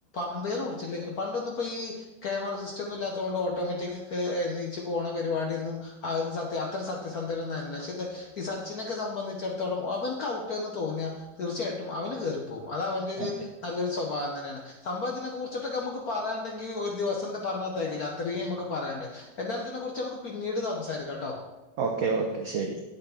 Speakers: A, on the left (about 55°); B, on the right (about 60°).
A: അമ്പയർ വിളിച്ചില്ലെങ്കിലും പണ്ടൊന്നും ഇ ക്യാമറ സിസ്റ്റം ഇല്ലാത്തോണ്ട് ഓട്ടോമാറ്റിക് ക്കെ നീച്ച് പോണ പരിപാടിയൊന്നും ആരും സത്യം അത്ര സത്യസന്ധരൊന്നരുന്നില്ല. ക്ഷേത് ഈ സച്ചിനൊക്കെ സംബന്ധിച്ചിടത്തോളം അവനക്ക് ഔട്ട് എന്ന് തോന്നിയാൽ തീർച്ചയായിട്ടും അവന് കയറിപ്പോകും അത് അവന്റെ ഒരു
B: അതെ
A: നല്ലൊരു സ്വഭാവം തന്നെയാണ്. സംഭവ ഇതിനെ കുറിച്ചിട്ടൊക്കെ നമുക്ക് പറയാണ്ടെങ്കിൽ ഒരു ദിവസം എ പറഞ്ഞ തെകയൂല അത്തറേം നമുക്ക് പറയണ്ട് എന്തായാലും ഇതിനെ കുറിച്ച് നമുക്ക് പിന്നീട് സംസാരിക്കാം ട്ടോ.
B: ഓക്കെ ഓക്കെ ശരി